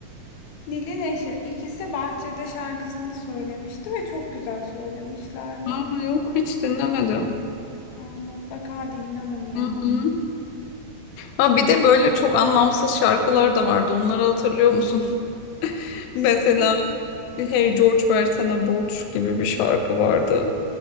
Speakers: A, on the left; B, on the left.
A: Nil'in eşi. İkisi Bahçede şarkısını söylemişti ve çok güzel söylemişlerdi.
B: Aa, yok hiç dinlemedim.
A: Aa, mutlaka dinle onu
B: Hı
A: ya.
B: hı. Ha bir de böyle çok anlamsız şarkılar da vardı. Onları hatırlıyor musun? <laughs> Mesela
A: <laughs>
B: Hey George versene borç gibi bir şarkı vardı.